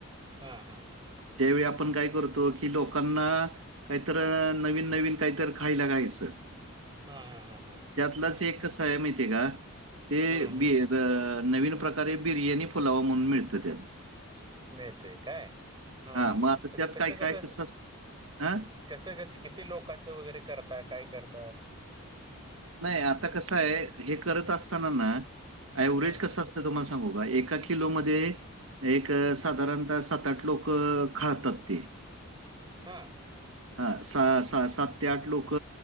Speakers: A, on the right (about 20°); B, on the right (about 65°).
A: हा, हा, हा.
B: त्यावेळी आपण काय करतो की लोकांना काहीतर नवीन, नवीन काहीत खायला घायचं
A: हा हा हा हा.
B: त्यातलाच
A: हा
B: एक कसय माहिती का ते
A: हम्म हम्म
B: बी
A: हम्म
B: नवीन प्रकार कारे बिर्याणी फुलावा म्हणून मिळतं त्या
A: मिळतय काय? हा
B: हां,
A: हा
B: मग आता त्यात
A: ते कसं
B: काय
A: कसं
B: काय असतं हां?
A: कसं कसं किती लोकांचं वगैरे करतात काय करता?
B: नाही आता कसं आहे हे करत असताना ना
A: हम्म
B: ऑव्हेज कसं अस आता तुम्हाला सांगू का एका किलोमध्ये एक
A: हम्म
B: साधारण सात, आठ लोक खातात ते
A: हा
B: हा सा सात ते आठ लोक